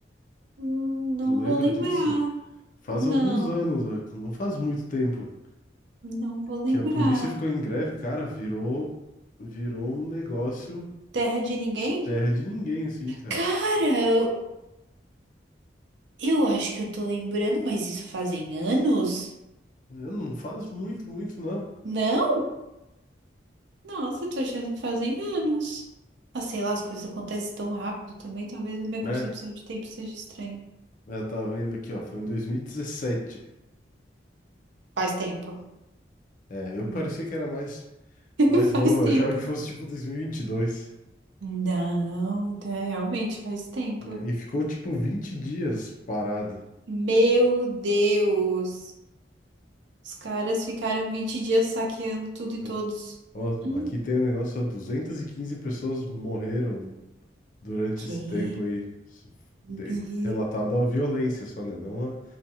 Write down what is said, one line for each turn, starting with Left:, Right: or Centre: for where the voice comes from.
Right: hum, não
Left: Tu lembra
Right: vou lembrar.
Left: disso? Faz
Right: Não,
Left: alguns anos, né? não faz muito tempo.
Right: não vou lembrar.
Left: Que a polícia ficou em greve, cara, virou, virou um negócio
Right: Terra de ninguém?
Left: terra de ninguém, assim, cara.
Right: Cara, eu, eu acho que eu tô lembrando, mas isso fazem anos?
Left: É, Não faz muito, muito, não.
Right: Não? Nossa, tô achando que fazem anos. Ah, sei lá, as coisas acontecem tão rápido também. Talvez a minha concepção
Left: É,
Right: de tempo seja estranha.
Left: é, eu tava vendo aqui, ó, foi em 2017.
Right: Faz tempo.
Left: É, eu
Right: Hum.
Left: parecia que era mais,
Right: <laughs>
Left: mais
Right: Faz
Left: novo,
Right: tempo.
Left: eu achava que fosse tipo 2022.
Right: Não, tá, realmente faz tempo.
Left: né? E ficou tipo 20 dias parado.
Right: Meu Deus! Os caras ficaram 20 dias saqueando tudo e
Left: né?
Right: todos.
Left: Ó,
Right: Hum,
Left: aqui tem um negócio, ó, 215 pessoas morreram durante
Right: Que?
Left: esse tempo aí. Isso, de-
Right: Bi-
Left: Relatado a violência só, né? Não a